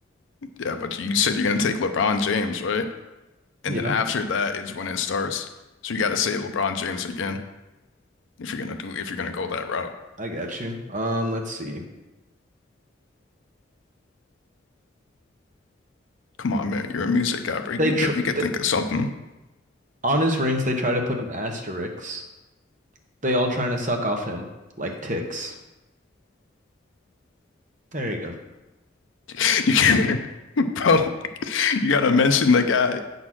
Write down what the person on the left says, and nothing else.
Yeah, but you said you're gonna take LeBron James, right? And
then after that is when it starts. So you gotta save LeBron James again if you're gonna do if you're gonna go that route.
Come on, man, you're a music guy, bro.
You
could you could
think of something.
<laughs> You can, <laughs> bro, you gotta mention the guy.